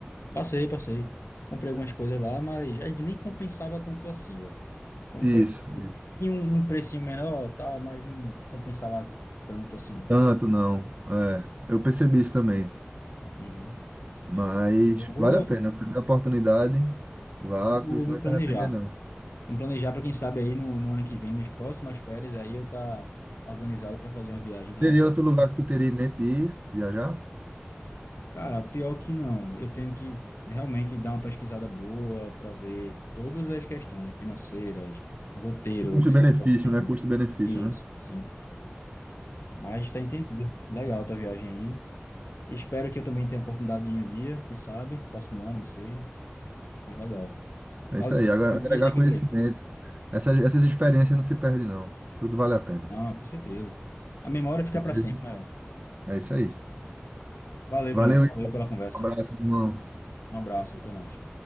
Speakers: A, on the left; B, on the right.
A: Passei, passei. Comprei algumas coisas lá, mas às vezes nem compensava tanto assim, velho. Um
B: Isso.
A: preço.
B: isso.
A: Tinha um, um precinho menor, tal, mas não compensava tanto assim, não.
B: Tanto não. É, eu percebi isso também.
A: Uhum.
B: Mas
A: Já vou,
B: vale a pena. Você tem a oportunidade, vá,
A: vou
B: que você não
A: me
B: vai
A: planejar.
B: se arrepender, não.
A: Vamos planejar para quem sabe aí no, no ano que vem, minhas próximas férias, aí eu tá organizado para fazer uma viagem internacional.
B: Teria outro lugar que tu teria em mente de ir viajar?
A: Cara, pior que não. Eu tenho que realmente dar uma pesquisada boa para ver todas as questões né, financeiras, roteiro,
B: Custo-benefício,
A: psicológico.
B: né? Custo-benefício,
A: Isso,
B: né?
A: sim. Mas tá entendido. Legal a tua viagem aí. Espero que eu também tenha a oportunidade de ir um dia, quem sabe, próximo ano, não sei. Mas legal.
B: É, é
A: Valeu,
B: isso aí.
A: Bruno.
B: Agre-
A: Muito
B: Agregar
A: mais dicas
B: conhecimento.
A: aí.
B: Essas, essas experiências não se perdem, não. Tudo vale a pena.
A: Ah, com certeza. A memória fica
B: Beleza?
A: para sempre, né, velho?
B: É isso aí.
A: Valeu,
B: Valeu,
A: Bruno.
B: um
A: Valeu pela conversa.
B: abraço, meu irmão.
A: Um abraço e até mais.